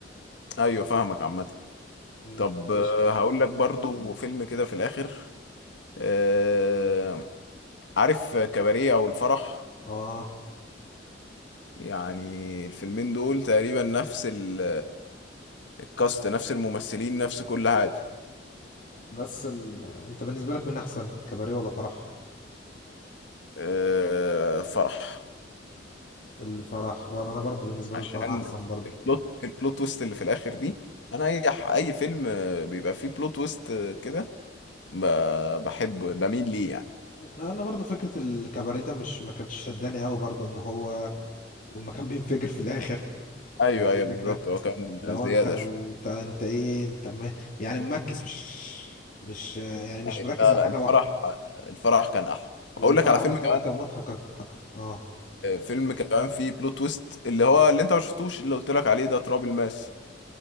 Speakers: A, on the left (about 75°); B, on the left (about 50°).
A: أيوه فاهمك عامة
B: مم،
A: طب
B: ده انا
A: آه،
B: ش...
A: هقول لك برضو فيلم كده في الآخر آه، عارف كباريه أو الفرح
B: اه
A: يعني الفيلمين دول تقريبا نفس ال... الكاست نفس الممثلين نفس كل حاجة
B: بس ال... انت بالنسبة لك مين احسن الكباريه ولا فرح
A: آه، فرح
B: الفرح بر... انا برضو بالنسبة لي
A: عشان
B: الفرح احسن برضو
A: البلوت البلوت تويست اللي في الاخر دي انا اي ح- اي فيلم آه، بيبقى فيه بلوت تويست آه، كده ب- بحب بميل ليه يعني
B: انا برضو فكره الكباريه ده مش ما كانتش شداني قوي برضو ان هو والمكان <laughs> بينفجر في الاخر
A: ايوه
B: فاهم
A: ايوه بالظبط
B: الفكره
A: هو كان
B: لو
A: زياده
B: انت انت
A: شويه
B: انت ايه انت م... يعني مركز مش مش يعني مش
A: أيوة.
B: مركز
A: لا
B: على
A: لا
B: حاجه
A: الفرح
B: واحده
A: الفرح كان احلى
B: والفرح
A: اقول لك على فيلم
B: بصراحه
A: كمان
B: كان مضحك مضحك اه
A: آه، فيلم كمان فيه بلوت تويست اللي هو اللي انت ما شفتوش اللي قلت لك عليه ده تراب الماس